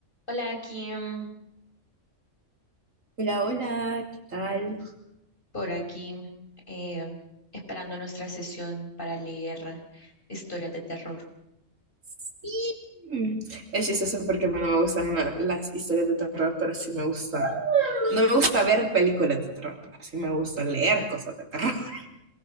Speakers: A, on the left (about 40°); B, on the right (about 75°).
A: Hola, Kim,
B: Hola, hola, ¿qué tal?
A: por aquí, eh, esperando nuestra sesión para leer historias de terror.
B: Sí. Mm, Es chistoso porque a mí no me gustan la- las historias de terror, pero sí me gusta. No me gusta ver películas de terror, pero sí me gusta leer cosas de terror. <laughs>